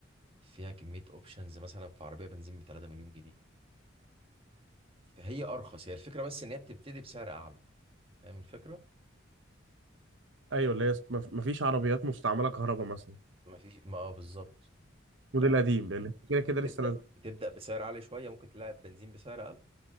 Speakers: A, on the right; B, on the right.
A: فيها كميه اوبشنز مثلا في عربيه بنزين ب 3 مليون جنيه فهي ارخص هي الفكره بس ان هي بتبتدي بسعر اعلى فاهم الفكرة؟
B: ايوه اللي هي است- مف- مفيش عربيات مستعمله كهرباء مثلا
A: ما فيش ما اه بالظبط
B: موديل
A: يعني
B: قديم لان كده كده لسه
A: بتبدأ
B: نازل
A: بتبدأ بسعر عالي شوية ممكن تلاقي بنزين بسعر أقل